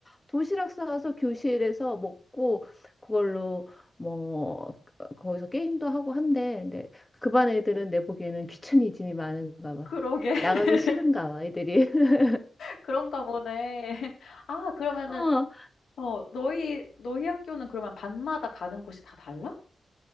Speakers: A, on the left; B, on the left.
A: 도시락 싸와서 교실에서 먹고 그걸로 뭐 거기서 게임도 하고 한대. 근데 그 반 애들은 내 보기에는 귀차니즘이 많은가 봐.
B: 그러게. <laughs>
A: 나가기 싫은가 봐, 애들이. <laughs>
B: 그런가 보네. <laughs> 아 그러면은
A: 어,
B: 어 너희 너희 학교는 그러면 반마다 가는 곳이 다 달라?